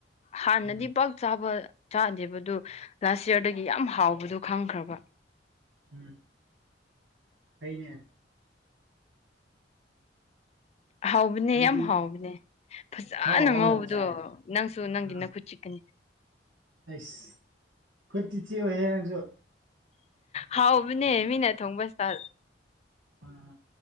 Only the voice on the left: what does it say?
ꯍꯥꯟꯅꯗꯤ
ꯄ ꯆꯥꯕ ꯆꯥꯗꯦꯕ ꯑꯗꯨ ꯂꯥꯁ ꯏꯌꯥꯔꯗꯒꯤ ꯌꯥꯝ ꯍꯥꯎꯕꯗꯣ ꯈꯪꯈ꯭ꯔꯕ
ꯍꯥꯎꯕꯅꯦ
ꯌꯥꯝ ꯍꯥꯎꯕꯅꯦ ꯐꯖꯅ
ꯉꯧꯕꯗꯣ
ꯅꯪꯁꯨ ꯅꯪꯒꯤ
ꯅꯈꯨꯠ ꯆꯤꯛꯀꯅꯤ
ꯍꯥꯎꯕꯅꯦ ꯃꯤꯅ ꯊꯣꯡꯕ ꯢꯁꯇꯥꯥꯜ